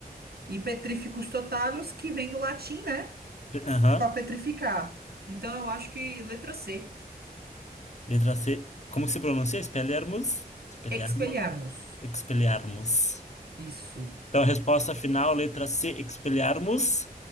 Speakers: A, on the right (about 75°); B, on the left (about 45°).
A: E petrificus totalus, que vem do latim, né?
B: Aham.
A: Para petrificar. Então eu acho que letra C.
B: Letra C, como que se pronuncia? Expelliarmus? Expelliarmus?
A: Expelliarmus.
B: Expelliarmus.
A: Isso.
B: Então, resposta final, letra C, expelharmos.